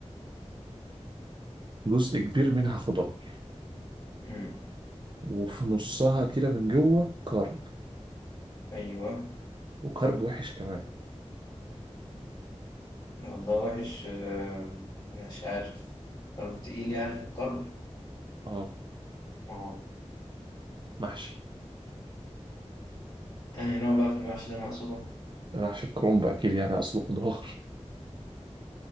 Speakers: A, on the right; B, on the left.
A: جزء كبير منها خضار
B: أمم.
A: وفي نصها كده من جوه كرب
B: أيوه
A: وكرب وحش كمان
B: والله وحش آه، مش عارف طب تقيل يعني في القلب
A: اه
B: اه
A: محشي
B: أنهي نوع بقى في المحشي اللي أنا أقصده
A: محشي الكرنب أكيد يعني أصله خضار